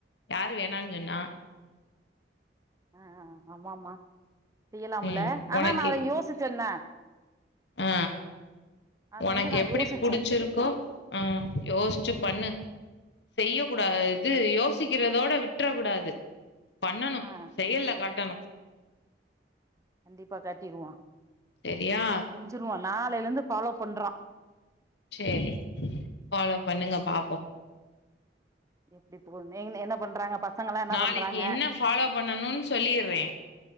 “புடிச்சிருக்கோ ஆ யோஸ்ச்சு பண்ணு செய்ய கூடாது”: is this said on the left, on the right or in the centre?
Left